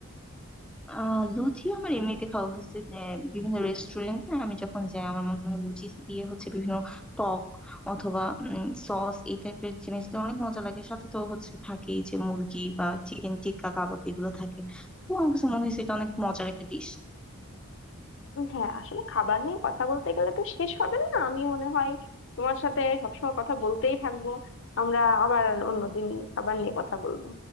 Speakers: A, in the centre; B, on the left.
A: আহ লুচি আমার এমনিতে খাওয়া হয়েছে যে বিভিন্ন রেস্টুরেন্টে আমি যখন যাই আমার মনে হয় লুচি দিয়ে হচ্ছে বিভিন্ন টক অথবা সস এই টাইপের জিনিস দিয়ে অনেক মজা লাগে সাথে তো হচ্ছে থাকেই যে মুরগি বা চিকেন টিক্কা কাবাব এগুলো থাকে তো আমার কাছে মনে হয়েছে এটা অনেক মজার একটা ডিশ
B: উম হ্যাঁ আসলে খাবার নিয়ে কথা বলতে গেলে তো শেষ হবে না আমি মনে হয় তোমার সাথে সবসময় কথা বলতেই থাকবো আমরা আবার অন্যদিন খাবার নিয়ে কথা বলবো